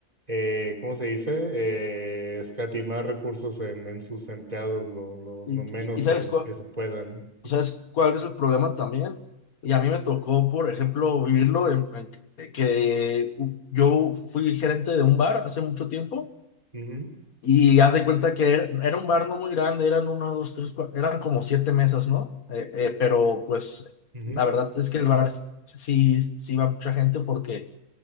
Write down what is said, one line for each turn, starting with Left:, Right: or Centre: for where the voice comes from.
Right: Eh, ¿cómo se dice? Eh, escatimar recursos en, en sus empleados lo, lo,
Left: Y,
Right: lo menos
Left: y, y ¿sabes
Right: de,
Left: cuál,
Right: que se puedan.
Left: sabes cuál es el problema también? Y a mí me tocó, por ejemplo, vivirlo en, en que que yo fui gerente de un bar hace mucho tiempo.
Right: Ujú,
Left: Y haz de cuenta que era, era un bar no muy grande, eran una, dos, tres, cuatro, eran como siete mesas, ¿no? Eh, eh, pero pues
Right: ujú,
Left: la verdad es que el bar s- sí, sí iba mucha gente porque